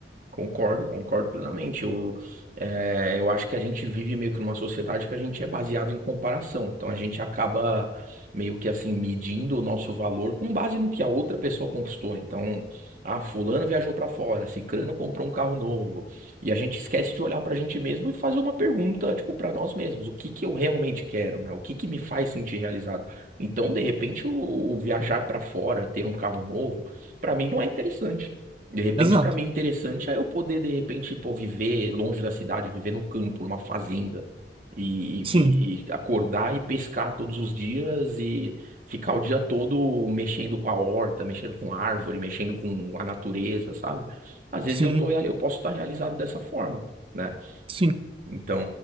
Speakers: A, on the right (about 50°); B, on the right (about 30°).
A: Concordo, concordo plenamente. Eu, eh, eu acho que a gente vive meio que numa sociedade que a gente é baseado em comparação. Então a gente acaba meio que assim medindo o nosso valor com base no que a outra pessoa conquistou. Então, ah, fulano viajou para fora, cicrano comprou um carro novo. E a gente esquece de olhar para a gente mesmo e fazer uma pergunta, tipo, para nós mesmos, o que que eu realmente quero, né? O que que me faz sentir realizado? Então, de repente, o, o viajar para fora, ter um carro novo, para mim não é interessante. De repente,
B: Exato.
A: pra mim, interessante é eu poder, de repente, pô, viver longe da cidade, viver no campo, numa fazenda, e,
B: Sim.
A: e- e acordar e pescar todos os dias e ficar o dia todo mexendo com a horta, mexendo com a árvore, mexendo com a natureza, sabe? Às vezes
B: Sim,
A: eu tô, real- eu posso estar realizado dessa forma, né?
B: sim,
A: Então,